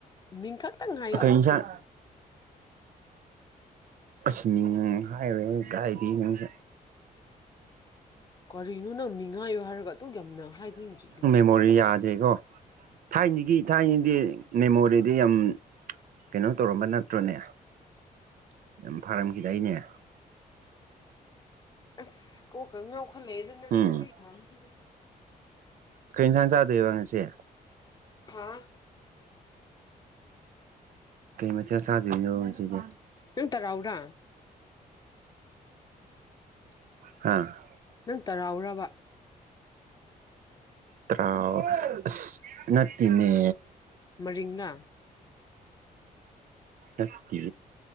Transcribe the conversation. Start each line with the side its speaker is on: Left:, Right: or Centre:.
Left: ꯃꯤꯡ ꯈꯛꯇꯪ ꯍꯥꯏꯌꯣ
Right: ꯀꯩ
Left: ꯑꯗꯨꯗꯒꯤ
Right: ꯏꯟꯁꯥꯡ ꯑꯁ ꯃꯤꯡ ꯍꯥꯏꯔꫭꯏ ꯀꯥꯏꯏꯗꯩ ꯅꯪꯁꯨ
Left: ꯀꯔꯤꯅꯣ ꯅꯪ ꯃꯤꯉꯥꯏꯌꯣ ꯍꯥꯏꯔꯒ ꯑꯗꯨꯛ ꯌꯥꯝꯅ ꯍꯥꯏꯅꯤꯡꯗ꯭ꯔꯤꯗꫭ
Right: ꯃꯣꯔꯤꯌꯥꯟ ꯗꯤꯀꫭ ꯊꯥꯏꯅꯒꯤ ꯊꯥꯏꯅꯗꯤ ꯃꯦꯃꯣꯔꯤꯗꯤ ꯌꯥꯝ ꯀꯩꯅꯣ ꯇꯧꯔꯝꯕ ꯅꯠꯇ꯭ꯔꯣꯅꯦ ꯌꯥꯝ ꯐꯥꯔꯝꯈꯤꯗꯥꯏꯅꯦ
Left: ꯑꯁ ꯀꯣꯛꯀ ꯉꯥꯎꯈꯠꯂꯛꯑꯦꯗ ꯅꯪꯒ
Right: ꯎꯝ
Left: ꯋꯥꯔꯤ ꯁꯥꯕꯁꯤꯗꯤ
Right: ꯀꯩ ꯏꯟꯁꯥꯡ ꯆꯥꯗꯣꯏꯕ ꯉꯁꯤ
Left: ꯍꯥꯥ
Right: ꯀꯩ ꯃꯊꯦꯜ ꯆꯥꯗꯣꯏꯅꯣ ꯉꯁꯤꯗꯤ
Left: ꯅꯪ ꯇꯔꯥꯎꯔꯥ
Right: ꯍꯥꯥ
Left: ꯅꯪ ꯇꯔꯥꯎꯔꯕ
Right: ꯇꯔꯥꯎ ꯑꯁ ꯅꯠꯇꯦꯅꯦ
Left: ꯃꯔꯤꯡꯂꯥ
Right: ꯅꯠꯇꯦ